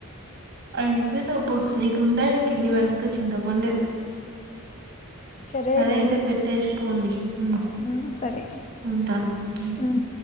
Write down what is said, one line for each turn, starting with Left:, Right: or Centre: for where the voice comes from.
Right: అయిపోయినవు పో నీకు ఉంటాయి కిందికి పోయినంక చింతపండే
Left: సరేలే
Right: సరే అయితే పెట్టేసి పోండి హమ్
Left: ఆ సరే
Right: ఉంటాను హు
Left: ఉమ్